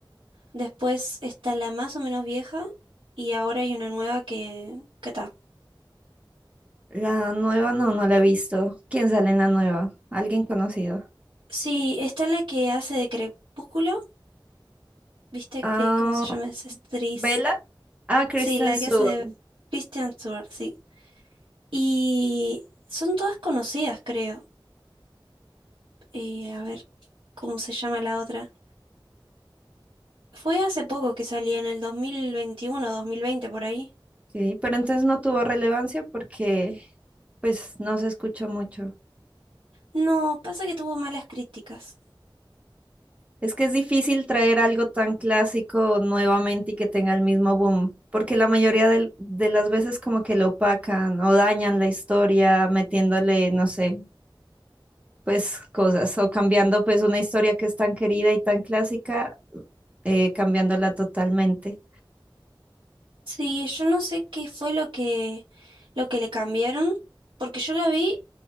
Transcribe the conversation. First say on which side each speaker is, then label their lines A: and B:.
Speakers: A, on the right (about 75°); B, on the right (about 15°).
A: después está la más o menos vieja y ahora hay una nueva que... que está?
B: La nueva no, no la he visto. ¿Quién sale en la nueva? ¿Alguien conocido?
A: Sí, está la que hace de Crepúsculo, ¿viste?
B: Ah,
A: Eh, ¿cómo se llama esa actriz?
B: Bella. Ah, Kristen
A: Sí, la
B: Stewart.
A: que hace de Kristen Stewart, sí. Y son todas conocidas, creo. Eh, a ver, ¿cómo se llama la otra? Fue hace poco que salía, en el dos dos mil veintiuno dos mil veinte por ahí.
B: Ok, pero entonces no tuvo relevancia porque pues no se escuchó mucho.
A: No, pasa que tuvo malas críticas.
B: Es que es difícil traer algo tan clásico nuevamente y que tenga el mismo boom, porque la mayoría del- de, las veces como que lo opacan o dañan la historia metiéndole, no sé, pues cosas o cambiando pues una historia que es tan querida y tan clásica, eh, cambiándola totalmente.
A: Sí, yo no sé qué fue lo que, lo que le cambiaron, porque yo la vi